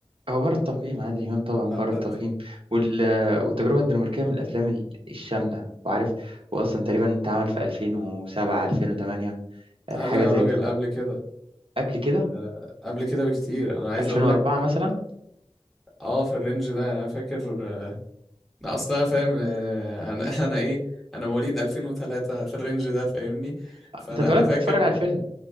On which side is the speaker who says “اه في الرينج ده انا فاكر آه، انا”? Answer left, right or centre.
Centre